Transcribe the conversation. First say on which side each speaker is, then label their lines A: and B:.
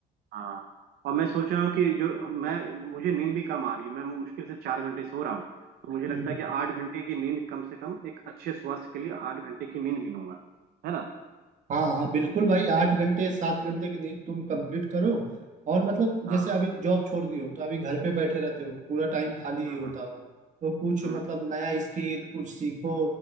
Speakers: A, on the right; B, on the right.
A: हाँ और मैं सोच रहा हूँ कि जो मैं मुझे नींद भी कम आ रही है मैं मुश्किल से चार घंटे सो रहा हूँ तो मुझे लगता
B: हम्म
A: है कि आठ घंटे की नींद कम से कम एक अच्छे स्वास्थ्य के लिए आठ घंटे की नींद भी लूंगा है ना
B: हाँ हाँ बिल्कुल भाई आठ घंटे सात घंटे की नींद तुम कंप्लीट करो और मतलब
A: हाँ
B: जैसे अभी जॉब छोड़ दी हो तो अभी घर पे बैठे रहते हो पूरा टाइम खाली ही
A: हम्म
B: होता होगा तो कुछ
A: हम्म,
B: मतलब
A: हम्म,
B: नया स्किल कुछ सीखो